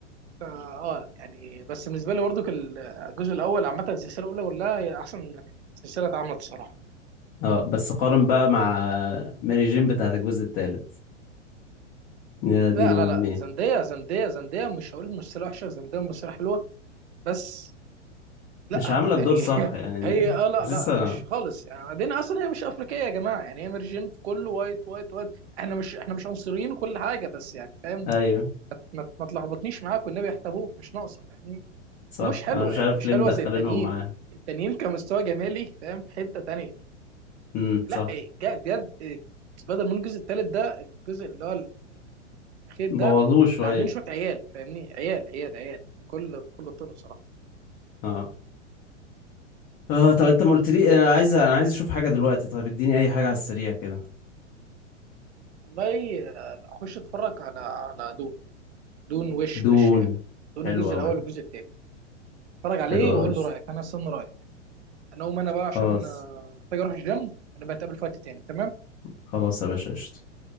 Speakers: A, on the right; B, on the left.
A: فا اه يعني بس بالنسبه لي برضو ال- الجزء الاول عامه السلسله الاولى كلها هي احسن سلسله اتعملت الصراحه
B: اه بس قارن بقى مع ماري جين بتاعت الجزء التالت يا دين
A: لا
B: أمي
A: لا لا زندية زندية زندية مش هقول ممثلة وحشة زندية ممثلة حلوة بس لا
B: مش عاملة الدور
A: يعني
B: صح
A: <laughs>
B: يعني م-
A: هي اه لا
B: حاسسها
A: لا مش خالص يعني بعدين اصلا هي مش افريقية يا جماعة يعني هي مرجين في كله وايت وايت وايت احنا مش احنا مش عنصريين وكل حاجة بس يعني فاهم
B: أيوة
A: ما ما تلخبطنيش معاك والنبي يحتبوك مش ناقصة فاهمني
B: صح
A: ومش حلوة
B: أنا مش
A: يعني
B: عارف
A: مش
B: ليه
A: حلوة
B: مدخلينهم
A: زي التانيين
B: معاها
A: التانيين كمستوى جمالي فاهم في حتة تانية
B: امم
A: لا
B: صح
A: جد جد سبايدر مان الجزء الثالث ده الجزء اللي هو الاخير
B: بوظوه
A: ده
B: شوية
A: اللي عاملين شويه عيال فاهمني عيال عيال عيال بكل بكل الطرق صراحه
B: اه اه طب انت ما قلت لي انا عايز انا عايز اشوف حاجه دلوقتي طيب اديني اي حاجه على السريع كده
A: والله آه، اخش اتفرج على على دون دون وش
B: دون
A: وش يعني دون
B: حلو
A: الجزء
B: قوي
A: الاول والجزء الثاني اتفرج عليه
B: حلو قوي
A: وقول
B: يا اسطى.
A: له رايك انا استنى رايك انا اقوم انا بقى
B: خلاص
A: عشان آه، محتاج اروح الجيم انا بتقابل في وقت تاني تمام
B: خلاص يا باشا قشطة